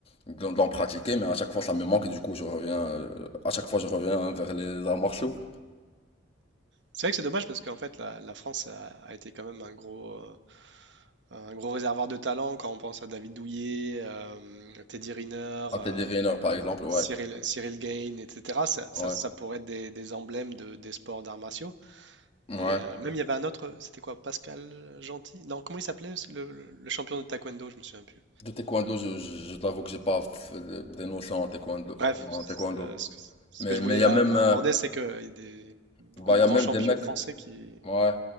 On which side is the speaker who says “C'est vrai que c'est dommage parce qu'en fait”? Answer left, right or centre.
Right